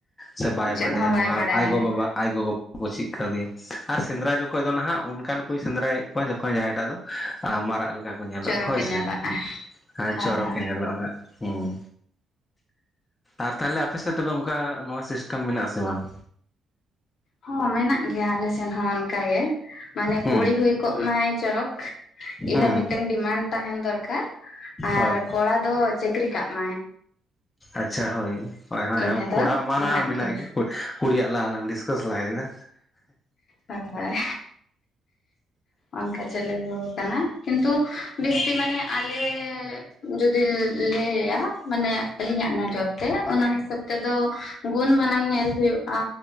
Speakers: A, on the left; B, on the left.
A: ᱥᱮ ᱵᱟᱭ
B: ᱪᱮᱫ
A: ᱵᱟᱰᱟᱭᱟ
B: ᱦᱚᱸ
A: ᱱᱚᱣᱟ
B: ᱵᱟᱭ ᱵᱟᱲᱟᱭᱟ
A: ᱟᱭ ᱜᱚ ᱵᱟᱵᱟ ᱟᱭ ᱜᱚ ᱵᱟᱵᱟ <inaudible> ᱪᱮᱫ ᱠᱟᱣᱫᱮᱭᱟ ᱟᱨ ᱥᱮᱸᱫᱽᱨᱟ ᱡᱚ ᱠᱷᱚᱡ ᱫᱚ ᱱᱟᱦᱟᱜ ᱚᱱᱠᱟᱱ ᱠᱚᱭ ᱥᱮᱸᱫᱽᱨᱟᱭᱮᱫ ᱠᱚᱣᱟ ᱡᱚᱠᱷᱚᱱ ᱡᱟᱦᱟᱸᱭ ᱴᱟᱜ ᱫᱚ ᱟ ᱢᱟᱨᱟᱜ ᱞᱮᱠᱟ ᱠᱚ ᱧᱮᱞᱚᱜ
B: ᱪᱚᱨᱚᱠᱮ
A: ᱦᱳᱭ ᱥᱮ,
B: ᱧᱮᱞᱟᱜᱼᱟ
A: ᱦᱮᱸ
B: ᱦᱳᱭ
A: ᱪᱚᱨᱚᱠᱮ
B: ᱦᱳᱭ
A: ᱧᱮᱞᱚᱜ-ᱟ ᱱᱟᱜ ᱦᱩᱸ᱾ ᱟᱨ ᱛᱟᱦᱚᱞᱮ ᱟᱯᱮ ᱥᱮᱫ ᱛᱚᱵᱮ ᱚᱱᱠᱟ ᱱᱚᱣᱟ ᱥᱤᱥᱴᱮᱢ ᱢᱮᱱᱟᱜ-ᱟ ᱥᱮ ᱵᱟᱝ?
B: ᱦᱚᱸ ᱢᱮᱱᱟᱜ ᱜᱮᱭᱟ ᱟᱞᱮ ᱥᱮᱱ ᱦᱚᱸ ᱚᱱᱠᱟ ᱜᱮ ᱢᱟᱱᱮ
A: ᱦᱩᱸ
B: ᱠᱩᱲᱤ ᱦᱩᱭ ᱠᱚᱜ ᱢᱟᱭ ᱪᱚᱨᱚᱠ᱾
A: ᱦᱩᱸ
B: ᱤᱱᱟᱹ ᱢᱤᱫᱴᱟᱝ ᱰᱤᱢᱟᱱᱰ ᱛᱟᱦᱮᱱ ᱫᱚᱨᱠᱟᱨ ᱟᱨ
A: ᱦᱳᱭ
B: ᱠᱚᱲᱟ ᱫᱚ ᱪᱟᱹᱠᱨᱤ ᱠᱟᱜ ᱢᱟᱭ᱾
A: ᱟᱪᱪᱷᱟ ᱦᱳᱭ, ᱦᱳᱭ ᱦᱳᱭ
B: ᱤᱱᱟᱹ ᱫᱚ
A: ᱠᱚᱲᱟᱣᱟᱜ ᱢᱟ ᱱᱟᱦᱟᱜ ᱢᱮᱱᱟᱜ
B: ᱜᱮᱭᱟ
A: ᱜᱮ᱾ ᱠᱩᱲᱤᱭᱟᱜ ᱞᱟᱦᱟ ᱞᱟᱝ ᱰᱤᱥᱠᱟᱥ ᱞᱟᱦᱟᱭᱮᱫᱟ᱾
B: ᱦᱳᱭ ᱦᱳᱭ᱾ ᱚᱱᱠᱟ ᱪᱟᱹᱞᱩ ᱠᱟᱱᱟ ᱠᱤᱱᱛᱩ ᱵᱮᱥᱤ ᱢᱟᱱᱮ ᱟᱞᱮ ᱡᱩᱫᱤ ᱞᱟᱹᱭᱟ ᱢᱟᱱᱮ ᱟᱹᱞᱤᱧᱟᱜ ᱱᱚᱡᱚᱨ ᱛᱮ, ᱚᱱᱟ ᱦᱤᱥᱟᱹᱵ ᱛᱮᱫᱚ ᱜᱩᱱ ᱢᱟᱱᱟᱝ ᱧᱮᱞ ᱦᱩᱭᱩᱜ-ᱟ